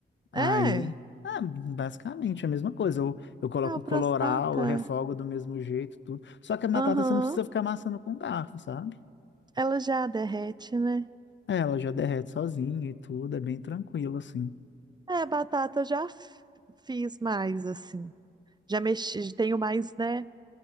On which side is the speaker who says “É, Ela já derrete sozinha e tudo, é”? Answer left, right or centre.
Left